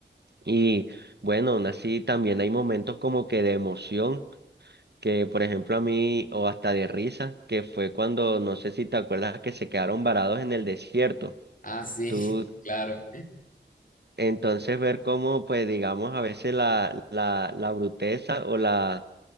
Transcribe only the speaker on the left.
Ah, sí,
<laughs> claro.